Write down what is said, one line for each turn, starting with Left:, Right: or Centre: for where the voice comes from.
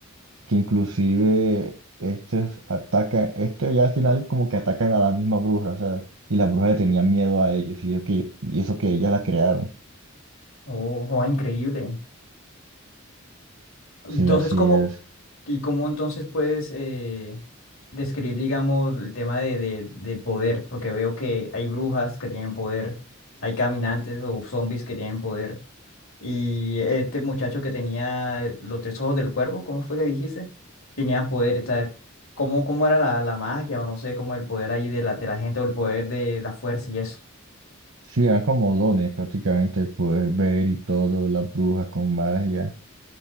Right: que inclusive estos atacan, esto ya al final como que atacan a la misma bruja, o sea, y la bruja le tenía miedo a ellos, y, yo que, y eso que ellas la crearon.
Left: Oh, joa, increíble. Entonces,
Right: Sí, así
Left: ¿cómo,
Right: es.
Left: y cómo entonces puedes eh, describir, digamos, el tema de, de- del poder? Porque veo que hay brujas que tienen poder, hay caminantes o zombies que tienen poder. Y este muchacho que tenía los tres ojos del cuervo, ¿cómo fue que dijiste? Tenían poder, o sea, ¿cómo, cómo era la, la magia o no sé, como el poder ahí de la, de la gente o el poder de la fuerza y eso?
Right: Sí, eran como dones prácticamente el poder ver y todo, las brujas con magia.